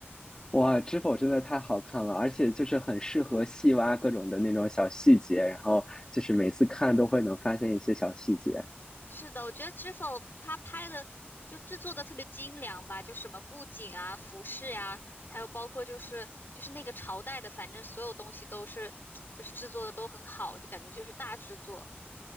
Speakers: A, on the left (about 20°); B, on the left (about 60°).
A: 哇，知否真的太好看了，而且就是很适合细挖各种的那种小细节，然后就是每次看都会能发现一些小细节。
B: 是的，我觉得《知否》它拍的就制作的特别精良吧，就什么布景啊、服饰呀、还有包括就是就是那个朝代的，反正所有东西都是就是制作的都很好，就感觉就是大制作。